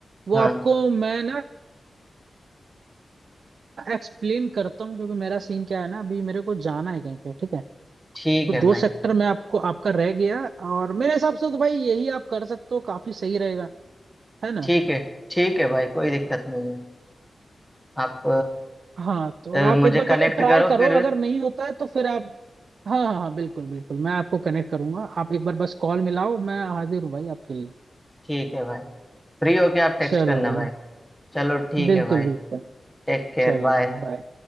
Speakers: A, on the right (about 70°); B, in the centre.
A: वो
B: हाँ
A: आपको मैं ना एक्सप्लेन करता हूँ क्योंकि मेरा सीन क्या है ना अभी मेरे को जाना है कहीं पे ठीक है
B: ठीक
A: तो दो
B: है भाई
A: सेक्टर में आपको आपका रह गया और मेरे हिसाब से तो भाई यही आप कर सकते हो काफी सही रहेगा है ना
B: ठीक है ठीक है भाई कोई दिक्कत नहीं है आप
A: हाँ तो
B: अ, अ,
A: आप
B: मुझे
A: एक बार पहले
B: कनेक्ट
A: ट्राई
B: करो
A: करो
B: फिर
A: अगर नहीं होता है तो फिर आप हाँ हाँ हाँ बिल्कुल बिल्कुल मैं आपको कनेक्ट करूंगा आप एक बार बस कॉल मिलाओ मैं हाजिर हूँ भाई आपके लिए
B: ठीक है भाई फ्री होके आप टेक्स्ट
A: चलो
B: करना
A: भाई
B: भाई चलो ठीक
A: बिल्कुल
B: है भाई
A: बिल्कुल
B: Take care
A: चलो
B: bye
A: भाई बाय